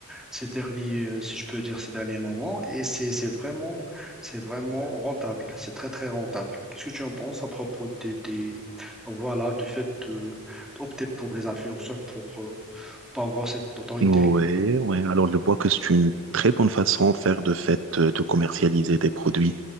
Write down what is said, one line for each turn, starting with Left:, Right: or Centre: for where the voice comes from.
Centre: ces derniers, euh, si je peux dire, ces derniers moments. Et c'est, c'est vraiment, c'est vraiment rentable. C'est très, très rentable. Qu'est-ce que tu en penses à propos des, des, voilà, du fait de- d'opter pour les influenceurs pour, euh, pour avoir cette autorité?
Right: Ouais, ouais. Alors, je vois que c'est une très bonne façon à faire de fait euh, de commercialiser tes produits.